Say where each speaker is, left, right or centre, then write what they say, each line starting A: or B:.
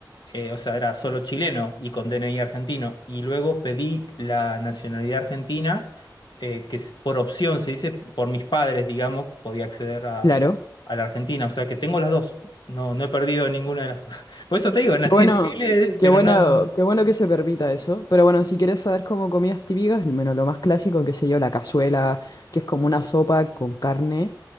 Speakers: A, on the left (about 75°); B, on the left (about 60°).
A: eh, o sea, era solo chileno y con DNI argentino. Y luego pedí la nacionalidad argentina, eh, que es por opción, se dice, por mis padres, digamos, podía acceder a,
B: claro.
A: a la Argentina. O sea, que tengo las dos. No, no he perdido ninguna de las dos. <laughs> Por eso te digo, nací
B: Qué bueno,
A: en Chile,
B: qué
A: pero
B: bueno,
A: no...
B: qué bueno que se permita eso. Pero bueno, si quieres saber como comidas típicas, al menos lo más clásico, qué sé yo, la cazuela, que es como una sopa con carne